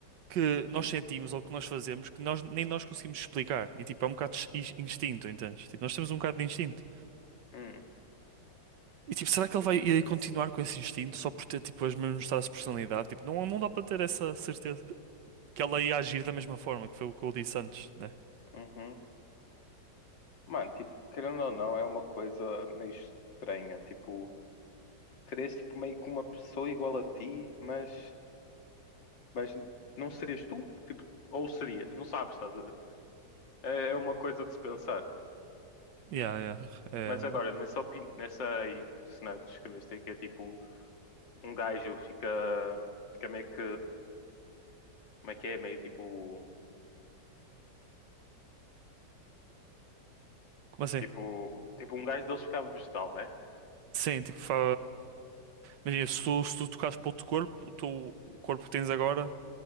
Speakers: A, on the right (about 75°); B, on the left (about 85°).
A: que nós sentimos ou que nós fazemos que nós nem nós conseguimos explicar. E tipo, é um bocado de instinto, entendes? Tipo, nós temos um bocado de instinto.
B: Hum,
A: E tipo, será que ele vai ir continuar com esse instinto só por ter tipo as mesmas traços de personalidade? Tipo, não, não dá para ter essa certeza que ela ia agir da mesma forma, que foi o que eu disse antes, né?
B: uhum. Mano, tipo, querendo ou não, é uma coisa meio estranha. Tipo, terias tipo meio que uma pessoa igual a ti, mas, mas Não serias tu? Tipo, ou seria? Não sabes, estás a ver? É é uma coisa de se pensar.
A: Yeah, yeah. É...
B: Mas agora, nessa, opi- nessa aí, cenário que descreveste aí, que é tipo. um gajo fica, fica meio que, como é que é? Meio tipo,
A: Como assim?
B: tipo, tipo um gajo deles ficava vegetal, né?
A: Sim, tipo, fa... imagina, se tu, se tu tocasses para outro corpo, o teu corpo que tens agora